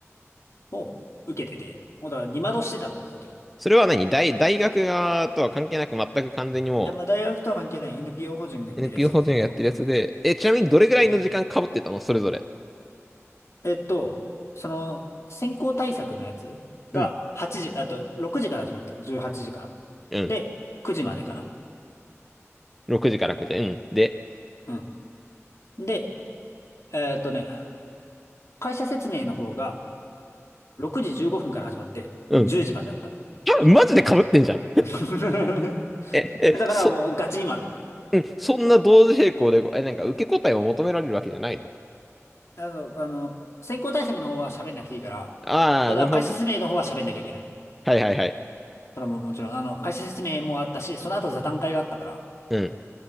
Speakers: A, on the left (about 70°); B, in the centre.
A: を受けてて、もうだから二窓してたんだよ、その時。い
B: それは何大、大学側とは関係なく全く完全にも
A: や、まあ大学とは関係ない NPO 法人がやってるやつなんだけど、
B: う NPO 法人がやってるやつで、え、ちなみにどれぐらいの時間被ってたのそれぞれ。
A: そうえっと、その、先行対策のやつが8時、
B: うん、
A: あと6時から始まったの。18時から。
B: うん。
A: で、9時までかな。
B: 6時から9時。うん。で、
A: うん。で、えっとね、会社説明の方が6時15分から始まって10時までだった。
B: うん。あマジで被ってんじゃん。
A: <laughs>
B: え、え、
A: だからもうガチ今だよ。
B: そ、うん、そんな同時並行で、え、なんか受け答えを求められるわけじゃないの
A: あの、あの、先行対策の方は喋んなくていいから、
B: ああー、
A: ただ会社説明の方は喋んなきゃいけない。
B: なるほどね。はいはいはい。
A: それはもうもちろん、あの、会社説明もあったし、その後座談会があったから、
B: うん。